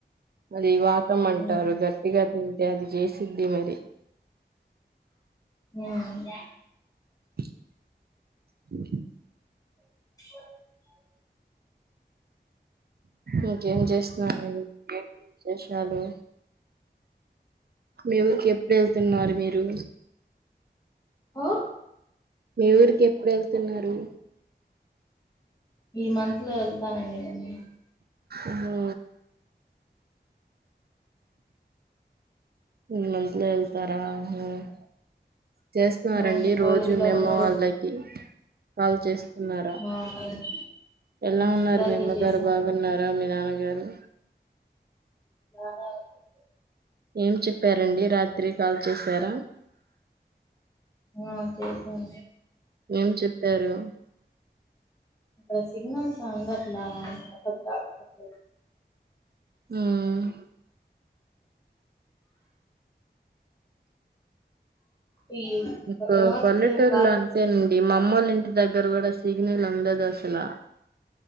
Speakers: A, on the right; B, on the left.
A: అది వాత్ మంటారు
B: మ్మ్
A: గట్టి గట్టి తింటే అది చేసిద్ది మరి
B: హుమ్
A: <inaudible>
B: <inaudible>
A: ఇంకేం చేస్తున్నారు మీరు ఏ చేసినారు మీ ఊరికి ప్పుడు ఎళ్తున్నారు మీరు
B: హలో
A: మీ ఊరికి ఎప్పుడు ఎళ్తున్నారు
B: ఈ మంత్ లో వెళ్తానండి మలి
A: ఉహు ఈ మంత్లో ఎల్తరా హుమ్ చేస్తున్న రండి
B: ఇంకా కాలేజ్
A: రోజు
B: లో
A: మీ
B: అవన్నీ
A: అమ్మ వాళ్ళకి
B: ఓపెన్.
A: కాల్ చేస్ ఉన్నార
B: ఆ ఇం-
A: ఎలా
B: ఆ,
A: ఉన్నారు
B: ఇందాకే
A: మీ అమ్మగారు
B: చేసా
A: బాగున్నార మీ నాన్ అవ్వనీ
B: మా నాన్న కి
A: ఏం చెప్పారండి రాత్రి కాల్ చేశరా
B: ఆ చేసం
A: ఏం చెప్పారు
B: ఇక్కడ సిగ్నల్స్ అందట్లా పద్ధక్ కట్ అయ్
A: హుమ్
B: ఈ
A: ఇంకా
B: రాత్రి
A: పల్లెటూళ్ళ
B: గాలి
A: అంతేనండి మా మమ్మలు దగ్గర గుడా సిగ్నల్ అందద్ అసలా